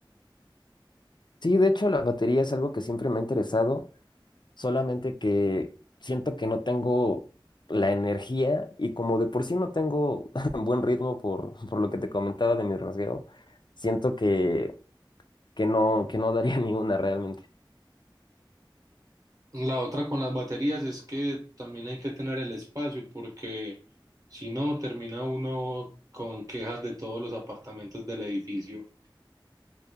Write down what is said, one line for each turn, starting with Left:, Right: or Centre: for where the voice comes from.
Left: Sí, de hecho, la batería es algo que siempre me ha interesado. solamente que siento que no tengo la energía y como de por sí no tengo <laughs> buen ritmo por, por lo que te comentaba de mi rasgueo, siento que, que no, que no daría <laughs> ni una realmente.
Right: La otra con las baterías es que también hay que tener el espacio porque si no termina uno con quejas de todos los apartamentos del edificio.